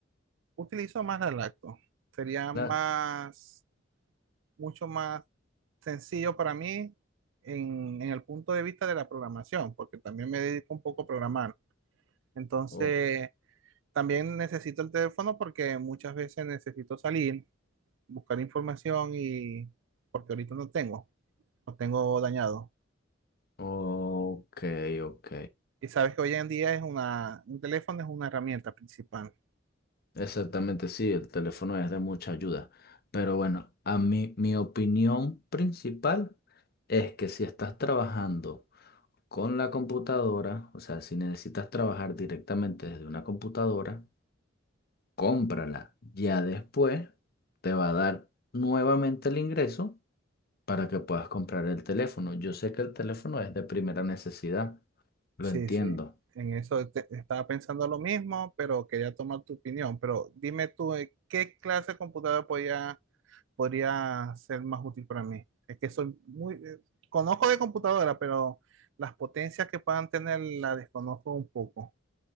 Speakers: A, on the right; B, on the left.
A: Utilizo más la lacto. Sería más,
B: La-
A: mucho más sencillo para mí en, en el punto de vista de la programación, porque también me dedico un poco a programar. Entonces,
B: o-
A: también necesito el teléfono porque muchas veces necesito salir, buscar información y porque ahorita no tengo, no tengo dañado.
B: ok, ok.
A: Y sabes que hoy en día es una, un teléfono es una herramienta principal.
B: Exactamente, sí, el teléfono es de mucha ayuda. Pero bueno, a mí, mi opinión principal es que si estás trabajando con la computadora, o sea, si necesitas trabajar directamente desde una computadora, cómprala. Ya después te va a dar nuevamente el ingreso para que puedas comprar el teléfono. Yo sé que el teléfono es de primera necesidad, lo
A: Sí,
B: entiendo.
A: sí. En eso te- estaba pensando lo mismo, pero quería tomar tu opinión. Pero dime tú, eh, ¿qué clase de computadora podría, podría ser más útil para mí? Es que soy muy, eh, conozco de computadora, pero las potencias que puedan tener las desconozco un poco.